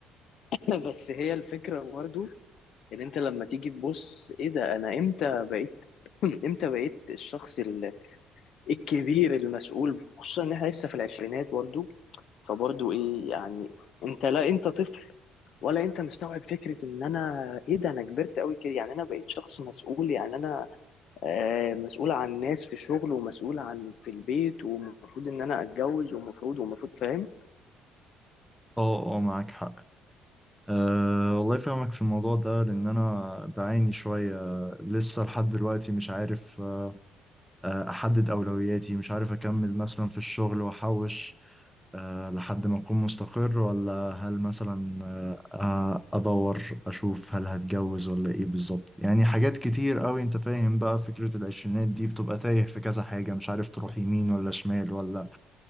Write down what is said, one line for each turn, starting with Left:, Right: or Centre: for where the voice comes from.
Left: <laughs> بس هي الفكره برضو ان انت لما تيجي تبص ايه ده انا امتى بقيت <clears throat> امتى بقيت الشخص ال- الكبير المسؤول خصوصا ان احنا لسه في العشرينات برضو فبرضو ايه يعني انت لا انت طفل ولا انت مستوعب فكرة ان انا ايه ده انا كبرت قوي كده يعني انا بقيت شخص مسؤول يعني انا آه مسؤول عن ناس في الشغل ومسؤول عن في البيت ومفروض ان انا اتجوز ومفروض ومفروض فاهم
Centre: اه اه معاك حق أه والله فاهمك في الموضوع ده لأن أنا بعاني شوية لسه لحد دلوقتي مش عارف آه، آه، أحدد أولوياتي مش عارف أكمل مثلا في الشغل وأحوش أه لحد ما أكون مستقر ولا هل مثلا آه، آه، أدور أشوف هل هتجوز ولا إيه بالظبط يعني حاجات كتير أوي أنت فاهم بقى فكرة العشرينات دي بتبقى تايه في كذا حاجة مش عارف تروح يمين ولا شمال ولا